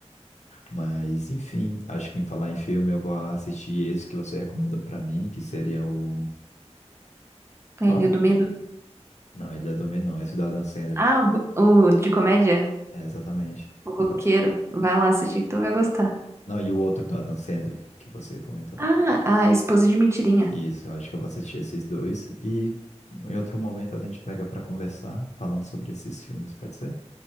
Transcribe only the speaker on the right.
É, Ilha do Medo.
Ah, o, o de comédia?
O Roqueiro.
Vai lá assistir que tu vai gostar.
Ah, a Esposa de Mentirinha.